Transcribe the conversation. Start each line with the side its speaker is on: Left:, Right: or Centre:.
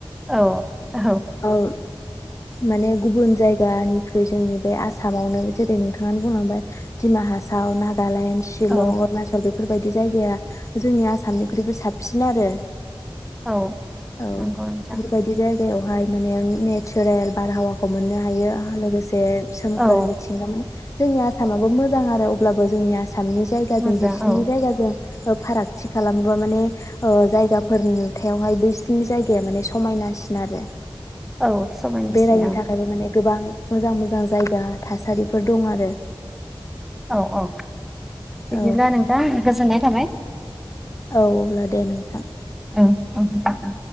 Centre: औ औ
Left: बु माने गुबुन जायगानिख्रुइ जोंनि बे आसामावनो जेरै नोंथाङानो बुंलांबाय डिमा हासाव नाग नालेण्ड शिलं
Centre: औ
Left: अरुणाचल बेफोरबायदि जायगाया जोंनि आसामनिख्रुइबो साबसिन आरो
Centre: औ
Left: औ बेफोरबायदि
Centre: नंगौ नोंथां
Left: जायगायावहाय माने ने नेचारेल बारहावाखौ मोननो हायो लोगोसे सोमखोर
Centre: औ
Left: मिथिंगा माने जोंनि आसामाबो मोजां आरो अब्लाबो जोंनि आसाम आसामनि जायगाजों
Centre: मोजां
Left: बिसिनि
Centre: औ
Left: जायगाजों ओ फारागथि खालामोबा माने ओ जायगाफोरनि नुथायावहाय बैसिनि जायगाया माने समायनासिन आरो
Centre: औ समायनासिन
Left: बेरायनो थाखायबो माने गोबां मोजां मोजां जायगा थासारिफोर दं आरो
Centre: औ औ बिदिब्ला
Left: औ
Centre: नोंथां गोजोननाय थाबाय
Left: औ अब्ला दे नोंथां
Centre: औ औ नोंथां औ